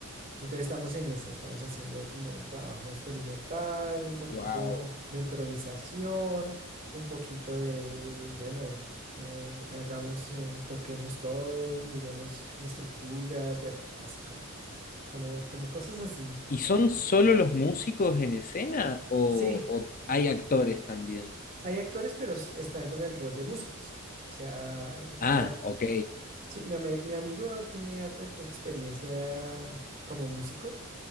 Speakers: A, on the right; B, on the left.
A: Entonces estamos en esa, estamos haciendo como trabajo experimental, un poquito
B: Wow.
A: de, de improvisación, un poquito de, de, bueno, eh, hagamos, eh, toquemos todos, miremos estructuras, bueno, así como, como, eh, como cosas así.
B: ¿Y son solo los músicos en escena o,
A: Sí,
B: o hay actores también?
A: hay actores, pero s- están con el rol de músicos. O sea, eh, mi,
B: Ah,
A: a-
B: ok,
A: sí, mi, ami- mi amigo tiene harta experiencia como músico